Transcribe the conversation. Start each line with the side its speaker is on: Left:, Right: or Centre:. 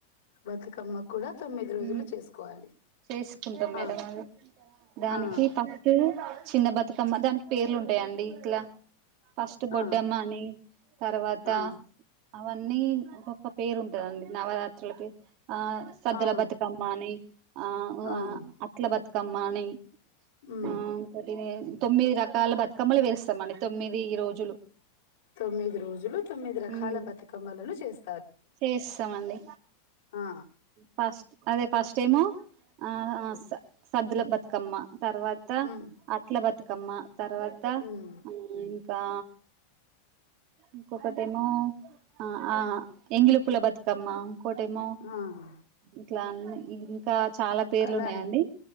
Left: బతుకమ్మ కూడా తొమ్మిది రోజులు
Right: మ్
Left: చేసుకోవాలి
Right: చేసుకుంటాం మేడం
Left: ఆ
Right: అది దానికి
Left: ఆ
Right: ఫస్ట్ చిన్న బతుకమ్మ దానికి పేర్లు ఉంటాయండి ఇట్లా ఫస్ట్ బొడ్డమ్మ
Left: ఆ
Right: అని తర్వాత
Left: ఆ
Right: అవన్నీ ఒకొక్క పేరు ఉంటదండి నవరాత్రులకి ఆ సద్దుల
Left: ఆ
Right: బతుకమ్మని అని అ మ్
Left: అవును
Right: అ అట్ల బతుకమ్మని
Left: ఉమ్
Right: ఆ ఇంకోటి తొమ్మిది రకాల బత్ కమ్మలు వేస్తామండి తొమ్మిది రోజులు
Left: తొమ్మిది రోజులు తొమ్మిది రకాల
Right: ఉమ్
Left: బతుకమ్మలను చేస్
Right: చేస్తామండి
Left: ఆ
Right: ఫస్ట్ అదే ఫస్ట్ ఏమో అ ఆ స సద్దుల బతుకమ్మ తర్వాత
Left: ఉమ్
Right: అట్ల బతుకమ్మ తర్వాత
Left: ఉమ్
Right: ఇంకా ఇంకొకటేమో ఆ ఆ ఎంగిలి పూల బతుకమ్మా కోటేమో
Left: ఆ
Right: ఇట్లా ఇంకా చాలా పేర్లు
Left: అలా
Right: ఉన్నాయండి